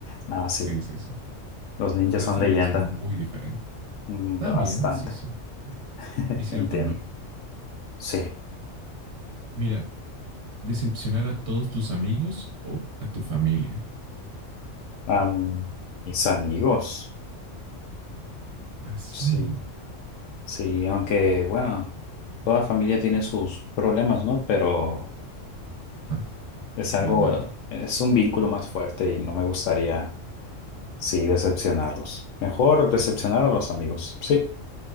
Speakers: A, on the left; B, on the right.
A: Nada, sí.
B: Sí, sí, sí.
A: Los ninjas
B: La esperanza
A: son leyenda.
B: de vida es muy diferente.
A: Mm,
B: También,
A: Bastante.
B: sí, sí.
A: <laughs>
B: Hay cierto
A: Entiendo.
B: honor.
A: Sí.
B: Mira, decepcionar a todos tus amigos o a tu familia.
A: Am, mis amigos.
B: Así.
A: Sí, sí, aunque, bueno, toda familia tiene sus problemas, ¿no? Pero...
B: Ajá,
A: Es algo,
B: realmente.
A: es un vínculo más fuerte y no me gustaría, sí, decepcionarlos. Mejor decepcionar a los amigos. Sí,